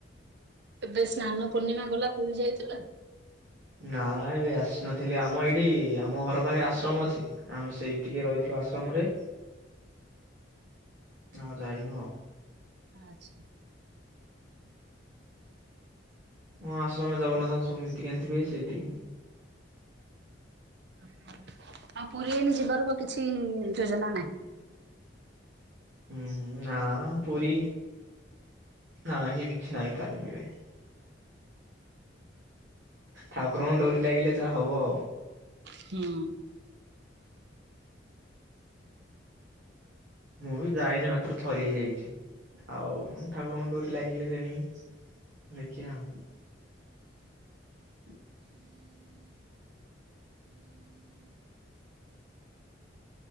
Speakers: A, on the right (about 65°); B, on the right (about 80°).
A: ଏବେ ସ୍ନାନ ପୂର୍ଣ୍ଣିମା ଗଲା ପୁରୀ ଯାଇଥିଲ?
B: ନା ଏବେ ଆସିନଥିଲି ଆମ ଏଇଠି ଆମ ଘର ପାଖରେ ଆଶ୍ରମ ଅଛି। ଆମେ ସେଇ ଟିକେ ରହିଥିଲୁ ଆଶ୍ରମରେ ଆଉ ଯାଇନୁ ଆଉ।
A: ଆଚ୍ଛା।
B: ଉଁ ଆଶ୍ରମରେ ଜଗନ୍ନାଥଙ୍କ ସବୁ ନୀତି କାନ୍ତି ହୁଏ ସେଇଟି।
A: ଓହୋ, ଆଉ ପୁରୀ ଏଇନେ ଯିବାର କିଛି ଯୋଜନା ନାହିଁ।
B: ଉଁ ହୁଁ ନା ପୁରୀ ନାହିଁ କିଛି ନାଇଁ ପ୍ଲାନିଂ ଏବେ। ଠାକୁରଙ୍କ ଡୋରି ଲାଗିଲେ ଯାହା ହବ
A: ହୁଁ
B: ମୁଁ ବି ଯାଇନି ମାତ୍ର ଥରିଏ ଯାଇଛି ଆଉ ଠାକୁରଙ୍କ ଡୋରି ଲାଗିଲେ ତେଣି ଦେଖିୟା ଆଉ <inaudible>